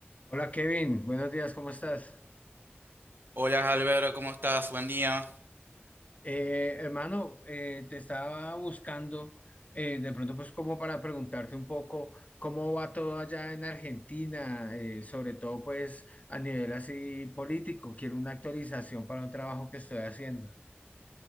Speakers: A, on the left; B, on the right.
A: Hola Kevin, buenos días, ¿cómo estás?
B: Hola Alberto, ¿cómo estás? Buen día.
A: Eh, hermano, eh, te estaba buscando eh, de pronto pues como para preguntarte un poco cómo va todo allá en Argentina, eh, sobre todo pues a nivel así político. Quiero una actualización para un trabajo que estoy haciendo.